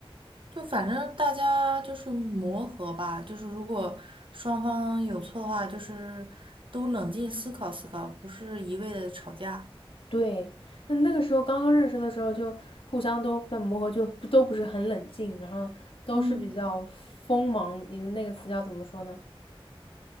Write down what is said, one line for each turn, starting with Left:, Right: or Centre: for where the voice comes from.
Right: 就反正大家就是磨合吧，就是如果双方有错的话，就是都冷静思考思考，不是一味的吵架，
Left: 对，那那个时候刚刚认识的时候，就互相都在磨合，就不都不是很冷静，然后都是比较锋芒，
Right: 嗯，
Left: 你那个词叫怎么说呢？